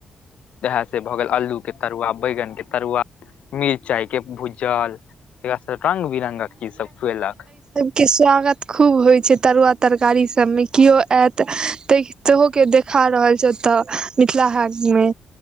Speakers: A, on the left; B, on the right.
A: इह से भ गेल अलू के तरुआ बैगन के तरुआ मिरचाई के भूजल एकरा सा रंग बिरंगक चीज सब खुएलक
B: के स्वागत खूब होइ छै तरुआ तरकारी सबमे केओ आयत ताहि सेहो के देखा रहल छैथ तऽ मिथिला हाट मे